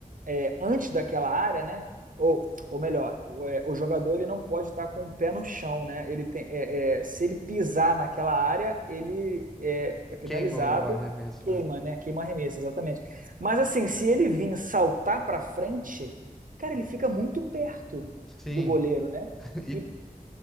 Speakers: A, on the right; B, in the centre.
A: é, antes daquela área, né? Ou, ou melhor, o, é, o jogador ele não pode estar com o pé no chão, né? Ele tem, é, é, se ele pisar naquela área, ele é, é penalizado,
B: Queima o arremesso,
A: queima,
B: né?
A: né? Queima arremesso, exatamente. Mas assim, se ele vir saltar para frente, cara, ele fica muito perto
B: Sim.
A: do goleiro, né?
B: <laughs> E...
A: E